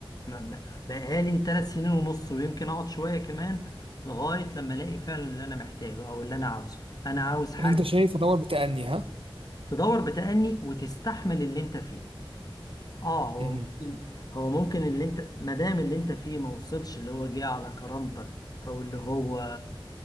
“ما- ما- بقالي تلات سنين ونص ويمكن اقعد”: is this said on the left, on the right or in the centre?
Left